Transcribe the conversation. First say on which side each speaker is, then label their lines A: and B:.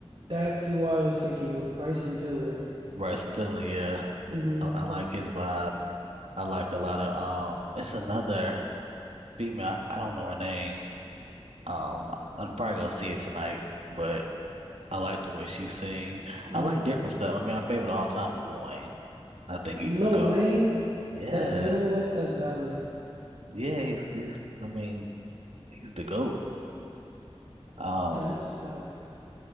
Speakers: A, on the right (about 60°); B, on the right (about 80°).
A: That's who I was thinking of, Bryson Tiller.
B: Bryson Tiller, yeah.
A: Mhm.
B: I, I like his vibe. I like a lot of um it's another female I, I don't know her name. Um I'm probably gonna see it tonight, but I like the way she sing.
A: Mm.
B: I like different stuff. I mean, my favorite of all time is Lil Wayne. I think
A: Lil
B: he's the GOAT.
A: Wayne,
B: Yeah.
A: that you know what? That's valid.
B: Yeah, he's, he's I mean, he's the GOAT. Um,
A: That's valid.